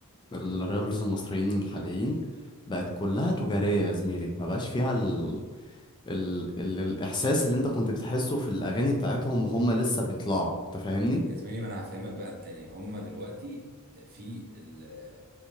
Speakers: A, on the left; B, on the right.
A: الرابرز المصريين الحاليين بقت كلها تجارية يا زميلي ما بقاش فيها ال... ال... ال... الاحساس اللي انت كنت بتحسه في الاغاني بتاعتهم وهم لسه بيطلعوا انت فاهمني
B: يا زميلي ما انا هفهمك بقى الدنيا هما دلوقتي في ال-